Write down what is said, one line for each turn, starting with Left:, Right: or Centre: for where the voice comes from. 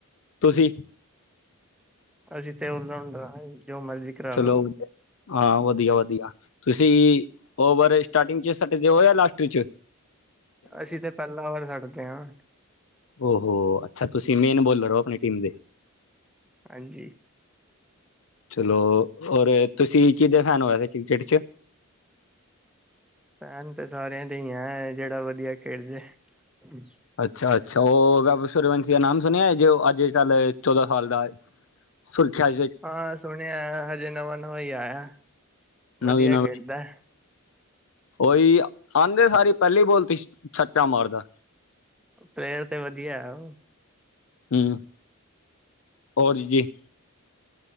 Left: ਤੁਸੀਂ
Centre: ਅਸੀਂ ਤੇ ਔਲਰਾਊਂਡਰ ਆ, ਜੋ ਮਰਜ਼ੀ ਕਰਾ
Left: ਚਲੋ,
Centre: ਲੋ
Left: ਹਾਂ ਵਧੀਆ-ਵਧੀਆ। ਤੁਸੀਂ ਓਵਰ ਸਟਾਟਿੰਗ 'ਚ ਸਟਦੇ ਓ ਜਾਂ ਲਾਸਟ ਵਿੱਚ।
Centre: ਅਸੀਂ ਤਾਂ ਪਹਿਲਾਂ ਵਾਰ ਛਡਦੇ ਹਾਂ।
Left: ਓਹੋ ਅੱਛਾ ਤੁਸੀਂ ਮੇਨ ਬੋਲਰ ਹੋ ਆਪਣੀ ਟੀਮ ਦੇ।
Centre: ਹਾਂਜੀ।
Left: ਚਲੋ ਔਰ ਤੁਸੀਂ ਕਿਦੇ ਫੈਨ ਹੋ ਏ ਸੀੇ ਕ੍ਰਿਕਟ ਚ?
Centre: ਫੈਨ ਤੇ ਸਾਰਿਆਂ ਦੇ ਹੀ ਹਾਂ, ਜਿਹੜਾ ਵਧੀਆ ਖੇਡ ਜੇ ਹੈ।
Left: ਅੱਛਾ- ਅੱਛਾ ਉਹ ਸੁਰਵੰਸ਼ ਦਾ ਨਾਮ ਸੁਣਿਆ ਜੇ, ਅੱਜ ਕੱਲ੍ਹ ਚੌਦਾਂ ਸਾਲ ਦਾ ਏ। ਸੁਰਖਿਆ <unintelligible>
Centre: ਹਾਂ ਸੁਣਿਆ, ਹਜੇ ਨਵਾਂ- ਨਵਾਂ ਹੀ ਆਇਆ,
Left: ਨਵੀਂ
Centre: ਵਧੀਆ
Left: ਨਵੀਂ
Centre: ਖੇਡਦਾ।
Left: ਉਹੀ ਆਂਦੇ ਸਾਰੀ ਪਹਿਲੀ ਬੋਲਤੀ ਛੱਚਾ ਮਾਰਦਾ।
Centre: ਪਲੇਅਰ ਤੇ ਵਧੀਆ ਉਹ।
Left: ਹਮ, ਹੋਰ ਜੀ